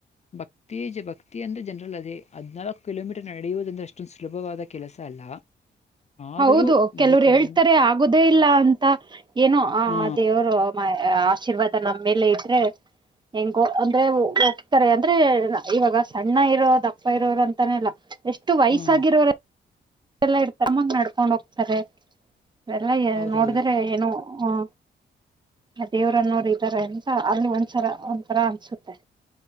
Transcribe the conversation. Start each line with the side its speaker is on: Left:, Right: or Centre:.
Left: ಉತ್ತೇಜ ಭಕ್ತಿ ಅಂದ್ರೆ ಜನರಲ್ ಅದೇ ಹದ್ನಾಲ್ಕು ಕಿಲೋಮೀಟರ್ ನಡೆಯುವುದಂದ್ರೆ ಅಷ್ಟೊಂದು ಸುಲಭವಾದ ಕೆಲಸ ಅಲ್ಲ.
Right: <inaudible>
Left: ಆದರೂ
Right: ಹೌದು ಕೆಲವ್ರು
Left: ನಡೀತಾರೆ
Right: ಹೇಳ್ತಾರೆ
Left: ಅಂದ್ರೆ
Right: ಆಗುದೇ ಇಲ್ಲ ಅಂತ ಏನೋ ಆ
Left: ಹಾ
Right: ದೇವರು. ಆಶೀರ್ವಾದ ನಮ್ಮ ಮೇಲೆ ಇದ್ರೆ. ಹೆಂಗೋ ಅಂದ್ರೆ ಹೋಗ್ತಾರೆ ಅಂದ್ರೆ ಇವಾಗ ಸಣ್ಣ ಇರೋ ದಪ್ಪ ಇರೋ ಅಂತಾನಲ್ಲ. ಎಷ್ಟು ವಯಸ್ಸಾಗಿರೋರೆ.
Left: ಹ್ಮ್
Right: ಲ್ಲ ಇಡ್ತಾರ ಹಾಗೆ ನಡ್ಕೊಂಡ್ ಹೋಗ್ತಾರೆಲ್ಲಾ
Left: ಹೌದೌದು
Right: ನೋಡಿದ್ರೆ ಏನೋ ಹ. ಆ ದೇವ್ರನ್ನೋರು ಇದ್ದಾರೆ ಅಂತ ಅಲ್ಲಿ ಒಂದ್ಸರ ಒಂದಥರ ಅನ್ಸುತ್ತೆ.